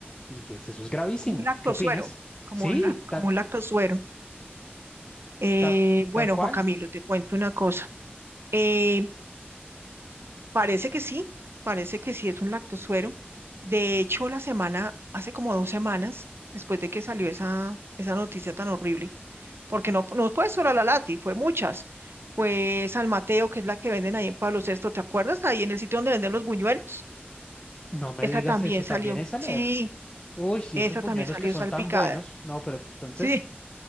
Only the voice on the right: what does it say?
Como un lactosuero,
como
un, lac-
como un lactosuero. Eh,
bueno,
Juan Camilo, te cuento una cosa. Eh, parece que sí, parece que sí es un lactosuero. De hecho, la semana, hace como dos semanas, después de que salió esa, esa noticia tan horrible, porque no, no fue solo la Lati, fue muchas. Fue San Mateo, que es la que venden ahí en Pablo VI, ¿te acuerdas? Ahí en el sitio donde venden los buñuelos.
Esa
también
salió.
Sí,
esa
también salió
salpicada.
Sí,